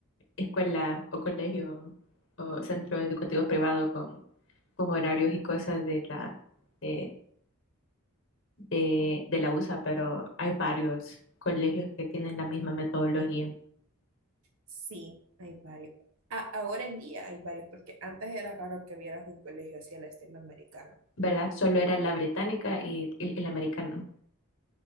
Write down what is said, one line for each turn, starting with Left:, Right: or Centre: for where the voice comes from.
Left: escuela o colegio o centro educativo privado con, con horarios y cosas de la, de, de, de la USA, pero hay varios colegios que tienen la misma metodología,
Right: Sí, hay varios. a- ahora en día hay varios, porque antes era raro que vieras un colegio así a la estilo americana.
Left: ¿verdad? Solo era la británica y, y- y la americana.